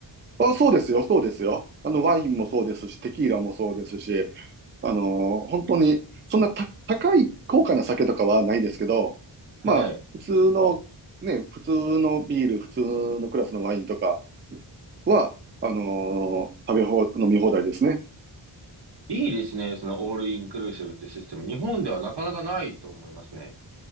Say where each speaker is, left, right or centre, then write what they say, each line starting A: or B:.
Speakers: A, on the right; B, on the right.
A: あ、そうですよ、そうですよ。あの、ワインもそうですし、テキーラもそうですし、あの、本当に、そんなた高い高価な酒とかはないですけど、
B: はい。
A: まあ、普通の、ね、普通のビール、普通のクラスのワインとかは、あのー食べ放、飲み放題ですね。
B: いいですね。そのオールインクルーシブってシステム。日本ではなかなかないと思いますね。